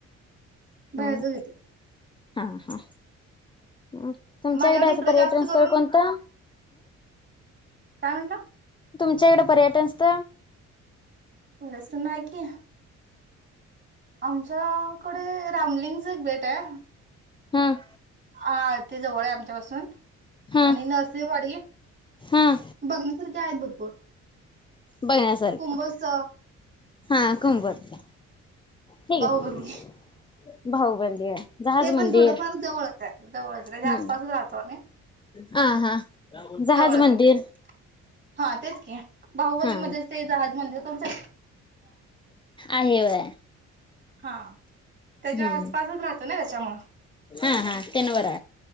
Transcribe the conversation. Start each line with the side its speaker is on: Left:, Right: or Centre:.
Right: बाहेरच
Left: हम्म
Right: घेते.
Left: हा हा. हम् तुमच्याकडे
Right: माझ्याकडे
Left: असं
Right: इकडे
Left: पर्यटन
Right: जास्त करून
Left: स्थळ कोणतं?
Right: काय म्हटलं.
Left: तुमच्या इकडें पर्यटन स्थ
Right: रेस्ट नाही कि आमच्याकडे रामलिंगच एक भेट आहे
Left: हम
Right: हा ते जवळ आहे आमच्या पाासून
Left: हा
Right: आणि नरसिंहवाडी
Left: हा
Right: बघ ारखे आहेत भरपूर
Left: बघण्यासारखं
Right: कुंभस
Left: हा कुम वटचा ठीक
Right: बाहुबली
Left: आहे भाऊ बलि आहे जहाज
Right: ते
Left: मंदिर
Right: पण थोडफार जवळच आहे जवळच त्याच्या
Left: हम्म
Right: आसपासच राहतो आम्ही
Left: हा हा जहाज
Right: जवळच
Left: मंदिर
Right: आहे ते पण हा तेच क बाहुवलीमध्येध्येच
Left: हा
Right: ते जहाजमध्ये तुमचं
Left: आहे वय
Right: हा त्याच्या
Left: हम्म
Right: आसपासच राहतो ना म
Left: हा हा ते न व